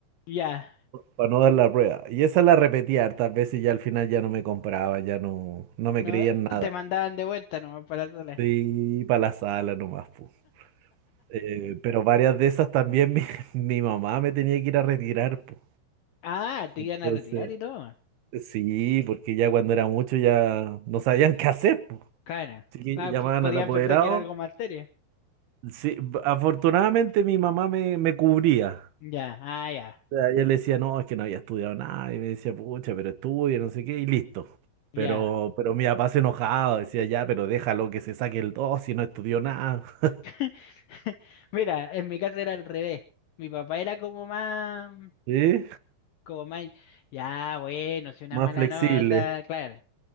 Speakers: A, on the left; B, on the right.
A: Ya.
B: para no dar la prueba. Y esa la repetía hartas veces y ya al final ya no me compraba, ya no, no me
A: No,
B: creían
A: eh,
B: nada.
A: te mandaban de vuelta nomás para la sala.
B: Sí, para la sala nomás, po. Eh, pero varias de esas también mi, <laughs> mi mamá me tenía que ir a retirar, po.
A: Ah, te
B: Entonces,
A: iban a retirar y todo.
B: sí, porque ya cuando era mucho ya no sabían qué hacer,
A: Claro.
B: Así que
A: Claro,
B: llamaban
A: p- podían
B: al apoderado.
A: pensar que era algo más serio.
B: Sí, afortunadamente mi mamá me, me cubría.
A: Ya, ah, ya,
B: O sea, yo le decía, no, es que no había estudiado nada. Y me decía, pucha, pero estudia, no sé qué, y listo.
A: ya.
B: Pero, pero mi papá se enojaba, decía, ya, pero déjalo que se saque el dos si no estudió nada. <laughs>
A: <laughs> Mira, en mi caso era al revés. Mi papá era como más,
B: ¿Sí?
A: como más, ya, bueno, si una
B: Más
A: mala
B: flexible,
A: nota, claro,